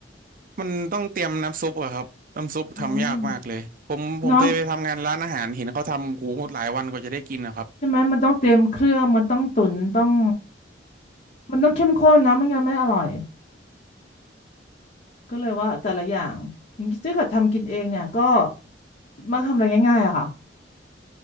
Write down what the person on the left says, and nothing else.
อืมเนาะใช่ไหมมันต้องเตรียมเครื่องมันต้องตุ๋นต้องมันต้องเข้มข้นเนาะไม่งั้นไม่อร่อยก็เลยว่าแต่ละอย่างอย่างที่เกิดทำกินเองเนี่ยก็มักทำอะไรง่ายๆอะค่ะ